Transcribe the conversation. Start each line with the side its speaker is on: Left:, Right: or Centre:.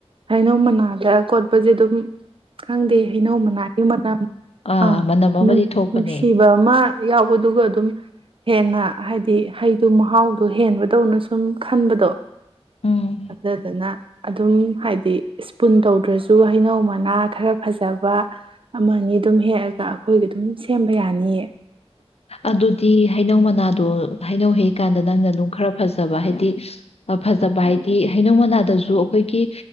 Right: ꯍꯩꯅꯧ ꯃꯅꯥꯗ ꯀꯣꯠꯄꯁꯦ ꯑꯗꯨꯝ ꯈꯪꯗꯦ ꯍꯩꯅꯧ ꯃꯅꯥꯒꯤ ꯃꯅꯝ
Left: ꯑꯥ
Right: ꯑ
Left: ꯃꯅꯝ ꯑꯃꯗꯤ ꯊꯣꯛꯄꯅꯦ
Right: ꯅꯨꯡꯁꯤꯕ ꯑꯃ ꯌꯥꯎꯕꯗꯨ ꯑꯗꯨꯝ ꯍꯦꯟꯅ ꯍꯥꯏꯗꯤ ꯍꯩꯗꯨ ꯃꯍꯥꯎꯗꯣ ꯍꯦꯟꯕꯗꯧꯅ ꯁꯨꯝ ꯈꯟꯕꯗꯣ
Left: ꯎꯝ
Right: ꯑꯗ ꯑꯗꯨꯅ ꯑꯗꯨꯝ ꯍꯥꯏꯗꯤ ꯏꯁꯄꯨꯟ ꯇꯧꯗ꯭ꯔꯁꯨ ꯍꯩꯅꯧ ꯃꯅꯥ ꯈꯔ ꯐꯖꯕ ꯑꯃꯅꯤ ꯑꯗꯨꯝ ꯍꯦꯛꯑꯒ ꯑꯩꯈꯣꯏꯒꯤ ꯑꯗꯨꯝ ꯁꯦꯝꯕ ꯌꯥꯅꯤꯑ
Left: ꯑꯗꯨꯗꯤ ꯍꯩꯅꯧ ꯃꯅꯥꯗꯣ ꯍꯩꯅꯧ ꯍꯦꯛꯀꯥꯟꯗ ꯅꯪꯅ ꯑꯗꯨꯪ ꯈꯔ ꯐꯖꯕ ꯍꯥꯏꯗꯤ ꯐꯖꯕ ꯍꯥꯏꯗꯤ ꯍꯩꯅꯧ ꯃꯅꯥꯗꯁꯨ ꯑꯩꯈꯣꯏꯒꯤ